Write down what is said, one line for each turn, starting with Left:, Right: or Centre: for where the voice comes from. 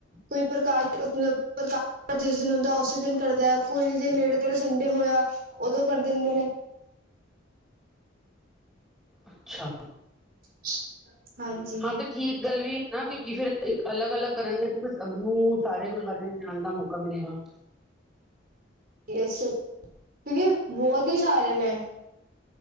Right: ਕੋਈ ਪ੍ਰਕਾਰ ਮਤਲਬ ਪ੍ਰਕਾਰ ਜਿਸ ਦਿਨ ਹੁੰਦਾ ਉਸੇ ਦਿਨ ਕਰਦਾ ਕੋਈ ਜੇ ਨੇੜੇ ਤੇੜੇ ਸੰਡੇ ਹੋਇਆ ਉਦੋਂ ਕਰ ਦਿੰਦੇ ਨੇ।
Centre: ਅੱਛਾ
Right: <inaudible> ਹਾਂਜੀ
Centre: ਹਾਂ ਤੇ ਠੀਕ ਗੱਲ ਵੀ ਏ। ਨਾ ਕਿਉਂਕਿ ਫੇਰ ਅਲੱਗ-ਅਲੱਗ ਕਰਨਗੇ ਤੇ ਫਿਰ ਸਭ ਨੂੰ ਸਾਰੇ ਗੁਰਦੁਆਰੇ ਜਾਣ ਦਾ ਮੌਕਾ ਮਿਲੇਗਾ।
Right: ਏਸ ਕਿਉਂਕਿ ਬੋਤ ਈ ਸਾਰੇ ਨੇ।